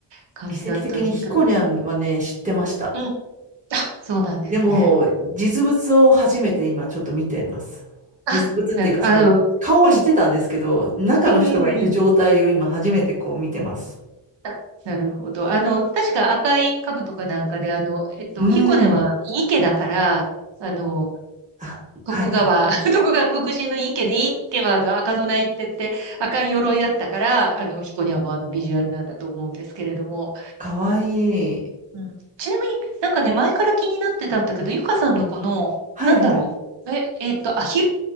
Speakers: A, on the right (about 60°); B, on the right (about 15°).
A: 感じだったんですけど、
B: 奇跡的にひこにゃんはね、知ってました。
A: うん。あ、そうなんですね。
B: でも、実物を初めて今ちょっと見ています。
A: あ、
B: 実物っていうか、
A: なる、
B: その、
A: あの、
B: 顔は知ってたんですけど、
A: うん、
B: 中の人がいる状態を今初めてこう見てます。
A: うん、うん、うん。あなるほど。あの、確か赤い兜かなんかで、あの、えっと、
B: うん。
A: ヒコネは池だから、あの、
B: あ、はいはい。
A: 徳川、<laughs> 徳川の福神の池で、池はあの赤備えって言って赤い鎧だったから、あの、彦にはもうあのビジュアルなんだと思うんですけれども。
B: かわいい。
A: うん。ちなみになんかね、前から気になってたんだけど、ゆかさんのこの、
B: はいはい。
A: なんだろう。え、えっと、アヒル